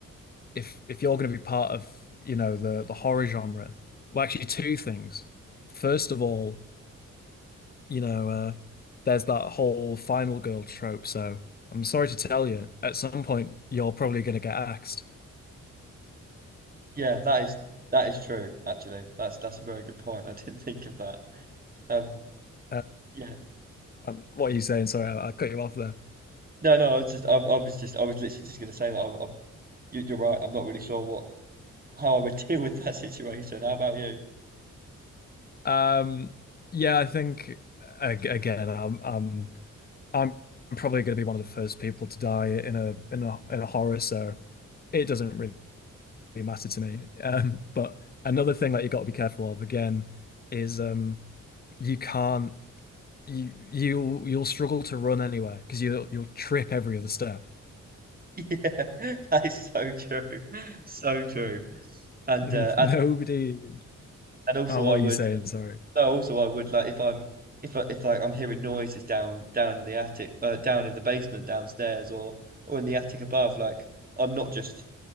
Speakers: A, on the left; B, on the right.
A: if if you're going to be part of you know the the horror genre. Well, actually, two things. First of all, you know, uh, there's that whole final girl trope. So I'm sorry to tell you, at some point you're probably going to get axed.
B: Yeah, that is that is true. Actually, that's that's a very good point. I <laughs> didn't think of that. Um,
A: Uh,
B: yeah,
A: um, what are you saying? Sorry, I, I cut you off
B: no, no, I was just I, I was just I was literally just going to say that. I, I, you, you're right. I'm not really sure what how I would <laughs> deal with that situation. How about you? <laughs>
A: Um, yeah, I think ag- again, I'm I'm I'm probably going to be one of the first people to die in a in a in a horror, so it doesn't really matter to me. Um, but another thing that you got to be careful of again is um, you can't you you you'll struggle to run anywhere because you'll you'll trip every other step.
B: Yeah, that is so true, so true. And
A: <laughs>
B: uh, and
A: Nobody.
B: And also,
A: Oh, what
B: I would.
A: are you saying?
B: Um,
A: Sorry.
B: no, also, I would like if I'm if I- if like I'm hearing noises down down in the attic, uh, down in the basement downstairs, or or in the attic above. Like I'm not just